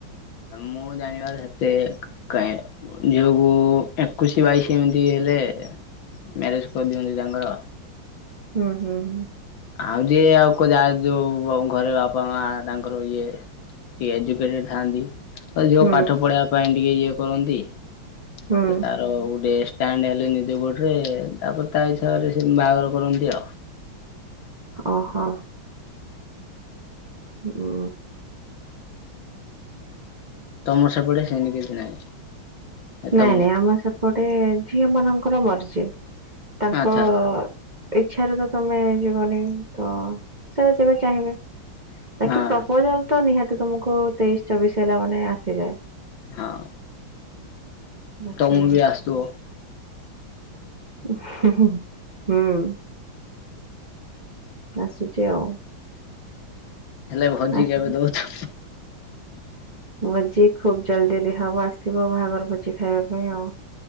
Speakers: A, on the left (about 70°); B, on the right (about 30°).
A: ମୁଁ ଜାଣିବାରେ ସେତେ କାଇଁ ଝିଅକୁ ଏକୋଇଶି ବାଇଶି ଏମିତି ହେଲେ ମ୍ୟାରେଜ କରିଦିଅନ୍ତି ତାଙ୍କର।
B: ହୁଁ ହୁଁ ହୁଁ।
A: ଆଉ ଯିଏ ଆଉ ଖୋଯା ଯୋଉ ଘ ଘରେ ବାପା ମା ତାଙ୍କର ଇଏ କିଏ ଏଜୁକେଟେଡ୍ ଥାଆନ୍ତି। ଆରେ ଯୋଉ
B: ହୁଁ
A: ପାଠ ପଢା ପାଇଁ ଟିକେ ଇଏ କରନ୍ତି ସେ
B: ହୁଁ
A: ତା ଆଉ ଗୋଟେ ଷ୍ଟାଣ୍ଡ୍ ହେଲେ ନିଜ ଗୋଡ଼ରେ ତାପରେ ତା ହିସାବରେ ସେ ବାହାଘର କରନ୍ତି ଆଉ।
B: ଓ ହୋ।
A: ହୁଁ।
B: ହୁଁ।
A: ତମର ସେପଟେ ସେମିତି କିଛି ନାହିଁ।
B: ନାଇଁ
A: ତମ
B: ନାଇଁ ଆମର ସେପଟେ ଝିଅ ମାନଙ୍କର ବର୍ଷେ ତାଙ୍କ
A: ଆଚ୍ଛା ଆଚ୍ଛା
B: ଇଚ୍ଛାରେ ତ ତମେ ଯିବନି ତ ସେବେ ଯେବେ ଚାହିଁବେ। ବାକି
A: ହଁ।
B: ପ୍ରପୋଜାଲ୍ ତ ନିହାତି ତୁମକୁ ତେଇଶି ଚବିଶ ହେଲା ମାନେ ଆସିଯାଏ।
A: ହଁ
B: ବାକି
A: ତମକୁ ବି ଆସୁଥିବ?
B: ହୁଁ ହୁଁ ହୁଁ ହୁଁ। ଆସୁଛି ଆଉ।
A: ହେଲେ ଭୋଜି
B: ଆସୁ
A: କେବେ ଦଉଛ?
B: ଭୋଜି ଖୁବ୍ ଜଲ୍ଦି ଦିଆହବ ଆସିବ ବାହାଘର ଭୋଜି ଖାଇବା ପାଇଁ ଆଉ।